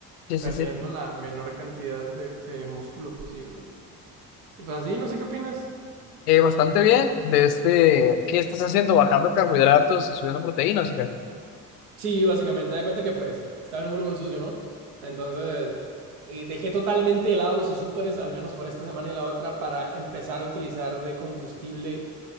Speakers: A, on the left; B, on the right.
A: sí, sí,
B: Perdiendo
A: sí.
B: la menor cantidad de, de músculo posible. Y pues así, no sé qué opinas.
A: Eh, bastante bien, de este, ¿qué estás haciendo? ¿Bajando carbohidratos y subiendo proteínas? o qué?
B: Sí, básicamente, da cuenta que pues estaba en un volumen sucio, ¿no? Entonces eh, dejé totalmente de lado los azúcares, al menos por esta semana y la otra, para empezar a utilizar de combustible